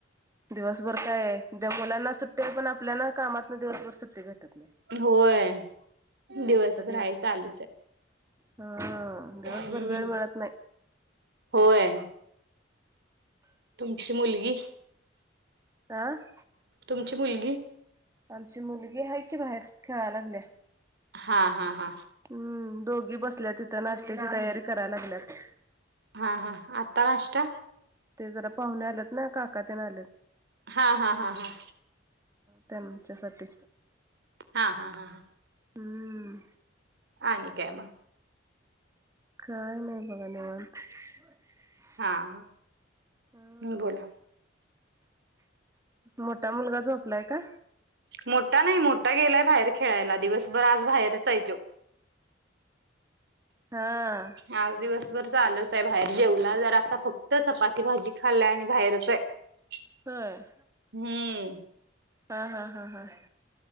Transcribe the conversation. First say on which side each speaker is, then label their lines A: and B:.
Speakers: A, on the right; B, on the right.
A: दिवसभर काय हे? उद्या मुलांना सुट्टी आहे पण आपल्याना कामातन दिवसभर सुट्टी भेटत नाही.
B: होय. दिवसभर
A: आता दिवस
B: हाय चालूच य
A: हा दिवसभर
B: हम्म.
A: वेळ मिळत नाही
B: होय. तुमची मुलगी?
A: हं?
B: तुमची मुलगी?
A: आमची मुलगी हाय की बाहेर, खेळायळा गेलीया.
B: हा हा हा.
A: हम्म दोघी बसल्या तिथं, नाश्त्याची तयारी करायला लागल्यात.
B: हा हा आत्ता नाष्टा?
A: ते जरा पाहुणे आलेत ना, काका तेन आलेत.
B: हा हा हा हा.
A: त्यांच्यासाठी.
B: हा हा हा हां.
A: हम्म
B: आणि काय मग?
A: काय नाही बघा निवांत. <inaudible>
B: हा.
A: हम <inaudible>
B: बोला.
A: मोठा मुलगा झोपलाय का?
B: मोठा नाही, मोठा गेलाय बाहेर खेळायला, दिवसभर आज बाहेरच हाय त्यो.
A: हां.
B: आज दिवसभर चालूच आहे बाहेर जेवला जरसा फक्त, चपाती भाजी खाल्लाय आणि बाहेरच ये. <inaudible>
A: होय?
B: हम्म.
A: हं हं हं हं.